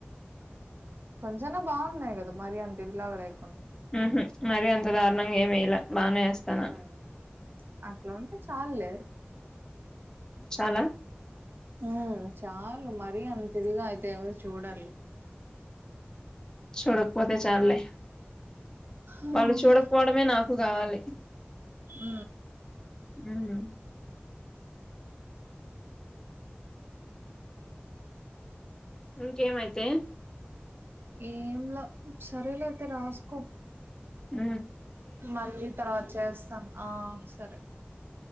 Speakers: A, on the right; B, on the left.
A: కొంచెనా బాగున్నాయి కదా మరి అంత ఇదిలాగా లేకుండా
B: ఉహు మరి అంత దారుణంగా ఏం వేయలా బానే వేస్తానా
A: ఉమ్, అట్లా ఉంటే చాలులే
B: చాలా
A: ఉమ్ చాలు మరీ అంత ఇదిగా అయితే ఎవరు చూడరులే
B: చూడకపోతే చాలులే
A: ఉమ్
B: వాళ్ళు చూడకపోవడమే నాకు ప్పు కావాలి
A: ఆ
B: ఉహు ఇంకేమయితే
A: ఏంలా సరేలే ఐతే రాసుకో
B: ఉ
A: మళ్ళీ తర్వాత చేస్తా ఆ సరే